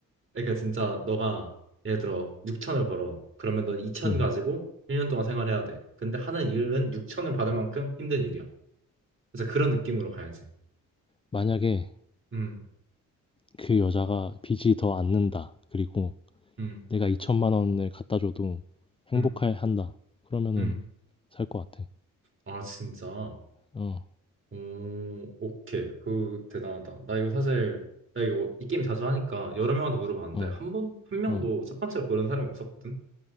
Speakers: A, on the right; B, on the left.
A: 그러니까 진짜 너가 예를 들어 6천을 벌어. 그러면 너 2천
B: 음.
A: 가지고 1년 동안 생활해야 돼. 근데 하는 일은 6천을 받을 만큼 힘든 일이야. 그래서 그런 느낌으로 가야지.
B: 만약에
A: 음,
B: 그 여자가 빚이 더 안는다. 그리고
A: 음,
B: 내가 2천만 원을 갖다 줘도 행복해
A: 음,
B: 한다. 그러면은
A: 음.
B: 살 것 같아.
A: 아, 진짜.
B: 어,
A: 오, 오케이. 그 대단하다. 나 이거 사실 나 이거 이 게임 자주 하니까 여러 명한테 물어봤는데
B: 어,
A: 한 번, 한 명도
B: 어,
A: 첫 번째로 고르는 사람이 없었거든.